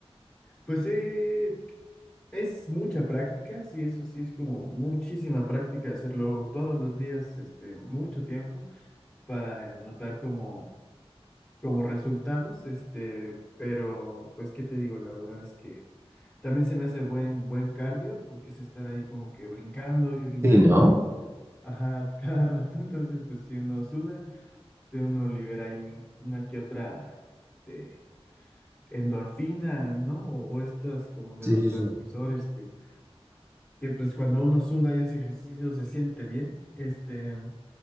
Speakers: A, on the left; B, on the right.
A: Pues eh, es mucha práctica, sí, eso sí, es como muchísima práctica hacerlo todos los días, este, mucho tiempo para notar como, como resultados, este, pero pues, ¿qué te digo? La verdad es que también se me hace buen, buen cardio porque es estar ahí como que brincando y brincando
B: Sí, ¿no?
A: y, ajá, <laughs> cada rato, entonces, pues si uno suda, de uno libera ahí una que otra, este, endorfina, ¿no? O, o estas como neurotransmisores
B: Sí, sí, sí.
A: que que pues cuando uno suda y hace ejercicio se siente bien. Este,